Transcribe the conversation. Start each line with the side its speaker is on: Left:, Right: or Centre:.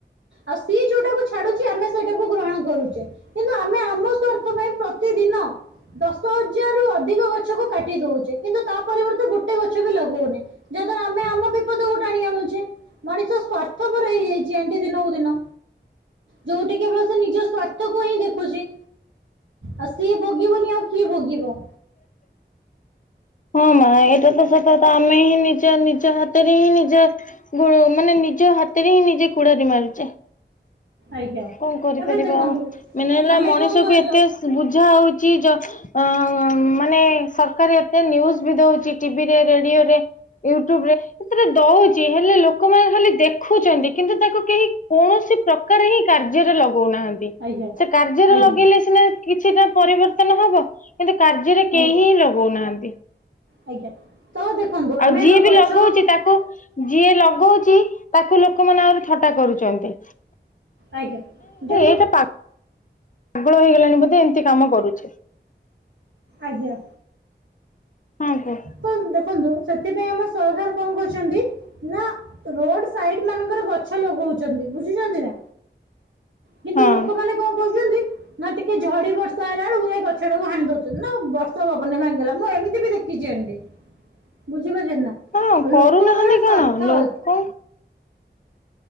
Right: ଆଉ ସିଏ ଯୋଉଟାକୁ ଛାଡୁଛି ଆମେ ସେ ଟାକୁ ଗ୍ରହଣ କରୁଛେ କିନ୍ତୁ ଆମେ ଆମ ସ୍ଵାର୍ଥ ପାଇଁ ପ୍ରତିଦିନ ଦଶ ହଜାର ରୁ ଅଧିକ ଗଛକୁ କାଟି ଦଉଛେ କିନ୍ତୁ ତା ପରିବର୍ତ୍ତେ ଗୋଟେ ଗଛ ବି ଲଗଉନେ। ଯାହାଦ୍ୱାରା ଆମେ ଆମ ବିପଦ କୁ ଟାଣି ଆଣୁଛେ। ମଣିଷ ସ୍ଵାର୍ଥପର ହେଇଯାଇଛି ଏଣ୍ତି ଦିନକୁ ଦିନ। ଯୋଉଠି କେବଳ ସେ ନିଜ ସ୍ଵାର୍ଥକୁ ହିଁ ଦେଖୁଛି। ଆଉ ସିଏ ଭୋଗିବନି ଆଉ କିଏ ଭୋଗିବ?
Left: ହଁ ମା ଏଇଟା ତ ସତ ତ ଆମେ ହିଁ ନିଜ ନିଜ ହାତରେ ହିଁ ନିଜ ଗ ମାନେ ନିଜ ହାତରେ ହିଁ ନିଜେ କୁଡାରି ମାରୁଛେ।
Right: ଆଜ୍ଞା
Left: କଣ କରିପାରିବା
Right: ତାପରେ ଦେଖନ୍ତୁ
Left: ଆଉ ମାନେ ହେଲା
Right: ଆମେ
Left: ମଣିଷକୁ
Right: କଣ କରିପାରୁ
Left: ଏତେ ବୁଝା ହଉଚି ଯ ଅ ମାନେ ସରକାର ଏତେ ନ୍ୟୁଜ ବି ଦଉଛି ଟିଭିରେ ରେଡିଓ ରେ ୟୁଟ୍ୟୁବ ରେ ସେଟା ଦଉଛି ହେଲେ ଲୋକମାନେ ଖାଲି ଦେଖୁଛନ୍ତି କିନ୍ତୁ ତାକୁ କେହି କୌଣସି ପ୍ରକାର ହିଁ କାର୍ଯ୍ୟରେ ଲଗଉନାହାନ୍ତି
Right: ଆଜ୍ଞା
Left: ସେ କାର୍ଯ୍ୟରେ
Right: ଆଜ୍ଞା
Left: ଲଗେଇଲେ ସିନା କିଛିଟା ପରିବର୍ତ୍ତନ ହବ। କିନ୍ତୁ କାର୍ଯ୍ୟରେ କେହି
Right: ଆଜ୍ଞା
Left: ହିଁ ଲଗଉନାହାନ୍ତି।
Right: ଆଜ୍ଞା ତ ଦେଖନ୍ତୁ
Left: ଆଉ
Right: ଆମେ
Left: ଯିଏ ବି
Right: ଗଛ
Left: ଲଗଉଛି ତାକୁ ଯିଏ ଲଗଉଛି ତାକୁ ଲୋକମାନେ ଆହୁରି ଥଟା କରୁଛନ୍ତି।
Right: ଆଜ୍ଞା ଯଦି
Left: ଏଇଟା ପାଗଳ ହେଇଗଲାଣି ବୋଧେ ଏମିତି କାମ କରୁଛି।
Right: ଆଜ୍ଞା।
Left: ହଁ କୁହ।
Right: ତ ଦେଖନ୍ତୁ ସେଥିପାଇଁ ଆମ ସରକାର କଣ କରୁଛନ୍ତି ନା ରୋଡ ସାଇଡ୍ ମାନଙ୍କର ଗଛ ଲଗଉଛି। ବୁଝୁଛନ୍ତି ନା କିନ୍ତୁ
Left: ହଁ।
Right: ଲୋକମାନେ କଣ କହୁଛନ୍ତି ନା ଟିକେ ଝଡି ବର୍ଷା ହେଲା ବେଳକୁ ଯାଇ ଗଛଟାକୁ ହାଣି ଦେଉଛନ୍ତି ନା ବର୍ଷ ପବନରେ ଭାଙ୍ଗିଗଲା ମୁଁ ଏମିତି ବି ଦେଖି <unintelligible> ବୁଝିପାରୁଚ ନା
Left: ହଁ
Right: ଲୋକଙ୍କର
Left: କରୁନାହାନ୍ତି କଣ
Right: ସ୍ଵାର୍ଥ
Left: ଲୋକ
Right: ଅ